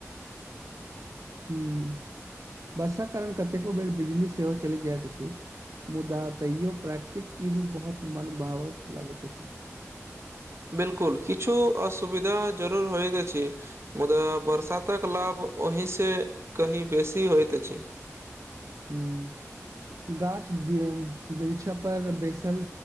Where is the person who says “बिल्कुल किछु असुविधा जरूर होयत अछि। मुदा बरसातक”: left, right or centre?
Right